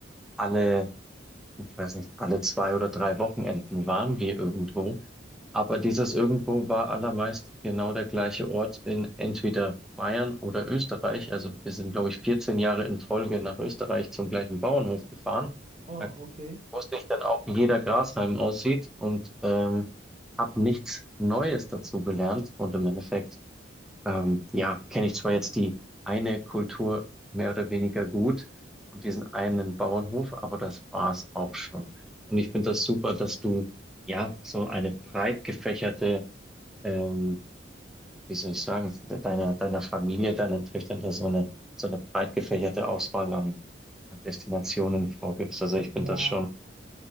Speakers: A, in the centre; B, on the right.
A: alle, ich weiß nicht, alle zwei oder drei Wochenenden waren wir irgendwo. Aber dieses irgendwo war allermeist genau der gleiche Ort in entweder Bayern oder Österreich. Also wir sind, glaube ich, 14 Jahre in Folge nach Österreich zum gleichen Bauernhof gefahren.
B: Oh,
A: Da
B: okay.
A: wusste ich dann auch, wie jeder Grashalm aussieht und ähm, habe nichts Neues dazu gelernt. Und im Endeffekt, ähm, ja, kenne ich zwar jetzt die eine Kultur mehr oder weniger gut und diesen einen Bauernhof, aber das war's auch schon. Und ich finde das super, dass du ja so eine breit gefächerte, ähm, wie soll ich sagen, deiner, deiner Familie, deinen Töchtern da so eine, so eine breit gefächerte Auswahl an, an Destinationen vorgibst. Also ich finde
B: Ja,
A: das schon